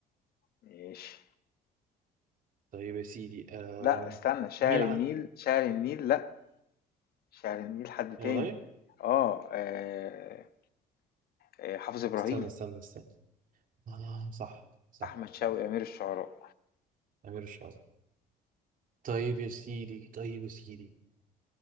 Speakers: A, on the left (about 65°); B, on the right (about 55°).
A: ماشي
B: طيب يا سيدي آه،
A: لا استنى شاعر
B: مين الع...
A: النيل شاعر النيل لا شاعر النيل حد
B: والله
A: تاني اه آه، آه، حافظ إبراهيم
B: استنى استنى استنى آه صح صح
A: أحمد شوقي
B: صح
A: أمير الشعراء
B: أمير الشهداء طيب يا سيدي طيب يا سيدي